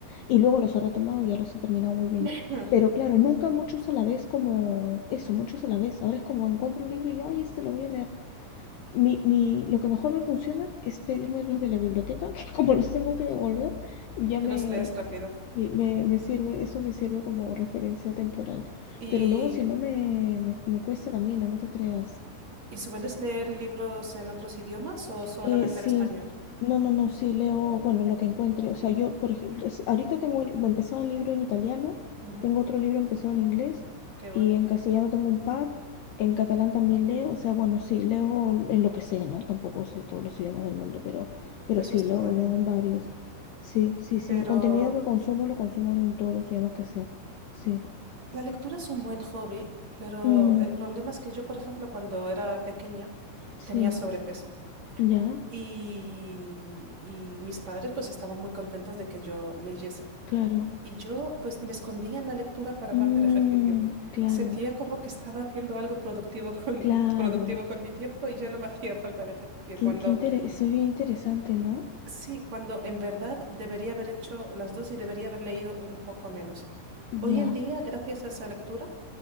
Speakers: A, on the left (about 70°); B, on the right (about 35°).
A: y luego los he retomado y ya los he terminado muy bien.
B: <clears throat>
A: Pero claro, nunca muchos a la vez como eso, muchos a la vez. Ahora es como encuentro un libro y yo, ay, este lo voy a leer mi, mi, lo que mejor me funciona es pedirme los de la biblioteca, <laughs> que como los tengo que devolver, ya
B: Te
A: me,
B: los lees rápido.
A: me, me sirve, eso me sirve como referencia temporal.
B: ¿Y,
A: Pero luego si no me, me, me cuesta también, no No te creas.
B: y sueles leer libros en otros idiomas o solamente
A: Eh, sí,
B: en español?
A: no, no, no, sí leo, bueno, lo que encuentre. O sea, yo, por ejemplo, es- ahorita tengo, el- me empezó un libro en italiano,
B: Ujú,
A: tengo otro libro empezó en inglés
B: Qué bueno,
A: y en castellano tengo un par, en catalán también leo, o sea, bueno, sí, leo en lo que sé, ¿no? Tampoco sé todos los idiomas del mundo, pero, pero
B: eso
A: sí,
B: está
A: leo,
B: muy bien.
A: leo en varios. Sí, sí, sí,
B: Pero
A: el contenido que consumo lo consumo en todos los idiomas que sé. Sí.
B: la lectura es un buen hobby, pero
A: Mm,
B: el problema es que yo, por ejemplo, cuando era pequeña,
A: sí,
B: tenía sobrepeso
A: ya,
B: y, y mis padres pues estaban muy contentos de que yo leyese.
A: claro.
B: Y yo pues me escondía en la lectura para
A: Mm,
B: no hacer ejercicio.
A: claro,
B: Sentía como que estaba haciendo algo productivo con,
A: claro.
B: productivo con mi tiempo y ya no me hacía falta el ejercicio.
A: Qué,
B: Cuando
A: qué interes- eso es bien interesante, ¿no?
B: sí, cuando en verdad debería haber hecho las dos y debería haber leído un poco menos. Hoy
A: Ya,
B: en día, gracias a esa lectura,